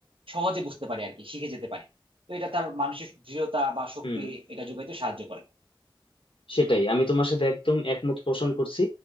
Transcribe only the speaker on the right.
সহজে বুঝতে পারি আর কি শিখে যেতে পারি তো এটা তার মানসিক দৃঢ়তা বা শক্তি
এটা যোগাইতে সাহায্য করে